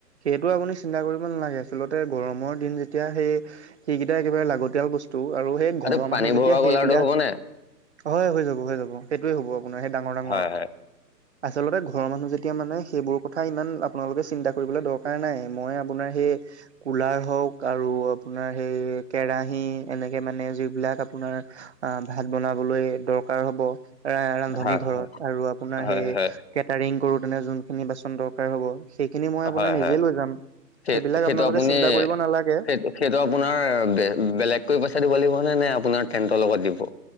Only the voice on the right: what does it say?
সেইটো আপুনি চিন্তা কৰিব নালাগে। আচলতে গৰমৰ দিন যেতিয়া সেই সেইকেইটা একেবাৰে লাগতিয়াল বস্তু আৰু সেই
ঘৰৰ
মানুহ যেতিয়া
সেইবিলাক
হয়, হৈ যাব, হৈ যাব সেইটোৱে হ'ব আপোনাৰ সেই ডাঙৰ ডাঙৰ
আচলতে ঘৰৰ মানুহ যেতিয়া মানে সেইবোৰ কথা ইমান আপোনালোকে চিন্তা কৰিবলে দৰকাৰ নাই। মই আপোনাৰ সেই কোলাৰ হওঁক আৰু আপোনাৰ সেই কেৰাহী এনেকে মানে যিবিলাক আপোনাৰ আ ভাত বনাবলৈ দৰকাৰ হ'ব। ৰা ৰান্ধনী
ঘৰত আৰু আপোনাৰ
সেই
কেটাৰিং কৰোতেনে যোনখিনি বাচন দৰকাৰ হ'ব সেইখিনি মই আপোনাৰ
নিজে
লৈ যাম।
সেইবিলাক
আপোনালোকে
চিন্তা কৰিব নালাগে।